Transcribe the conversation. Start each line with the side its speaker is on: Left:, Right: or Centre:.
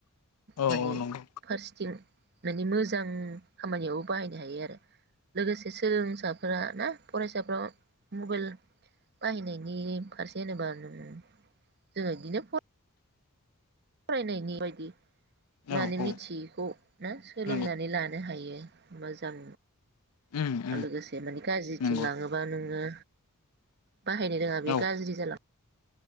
Left: औ
Right: माने
Left: नंगौ
Right: फारसेथिं माने मोजां खामानियावबो बाहायनो हायो आरो लोगोसे सोलोंसाफोरा ना फरायसाफ्रा मबाइल बाहायनायनि फारसे होनोबा नों जोङो बिदिनो फ फरायनायनि बायदि
Left: नंगौ
Right: माने
Left: औ
Right: मिथियैखौ
Left: औ
Right: ना सोलोंनानै
Left: नंगौ
Right: लानो हायो मोजां
Left: उम उम
Right: लोगोसे माने गाज्रिथिं
Left: नंगौ
Right: लाङोबा नोङो बाहायनो रोङा बे
Left: औ
Right: गाज्रि जालाङो।